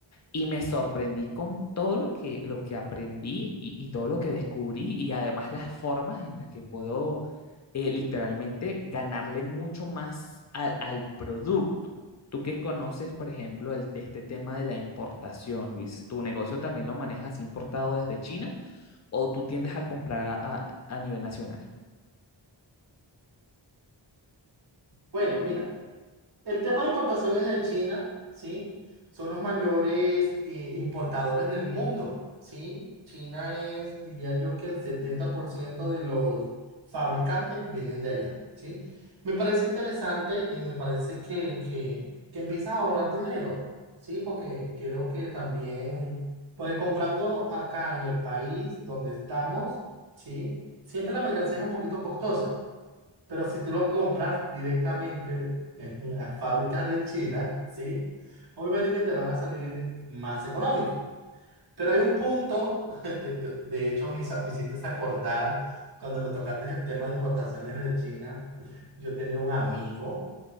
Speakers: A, on the left; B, on the right.
A: y me sorprendí con todo lo que, lo que aprendí y, y todo lo que descubrí y además las formas en las que puedo eh, literalmente ganarle mucho más al, al producto. Tú que conoces, por ejemplo, el- de este tema de la importación, Luis, ¿tu negocio también lo manejas importado desde China o tú tiendes a comprar a, a- a nivel nacional?
B: Bueno, mira, el tema de importaciones de China, ¿sí? Son los mayores eh, importadores del mundo, ¿sí? China es, diría yo, que el 70% de los fabricantes vienen de allá, ¿sí? Me parece interesante y me parece que, que, que empiezas a ahorrar dinero, ¿sí? Porque creo que también, porque comprando acá en el país donde estamos, ¿sí? Siempre la mercancía es un poquito costosa. Pero si tú lo compras directamente en las fábricas de China, ¿sí? Obviamente que te van a salir más económico. Pero hay un punto, <laughs> de, yo- de hecho me, hizo- me hiciste acordar cuando me tocaste el tema de importaciones de China. Yo tenía un amigo,